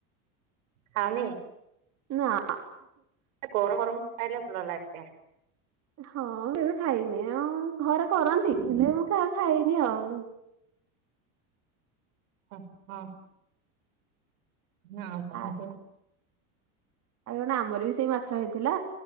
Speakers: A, on the right; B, on the right.
A: ଖାଅନି?
B: ନା।
A: ଗରମ ଗରମ ଖାଇଲେ ଭଲ ଲାଗେ।
B: ହଁ କେବେ ଖାଇନି ଆଉ ଘରେ କରନ୍ତି ହେଲେ ମୁଁ କେବେ ଖାଇନି ଆଉ।
A: ଓହୋ। ନା ଆଉ କଣ
B: ଆ
A: କୁହ?
B: ଆଉ କଣ ଆମର ବି ସେଇ ମାଛ ହେଇଥିଲା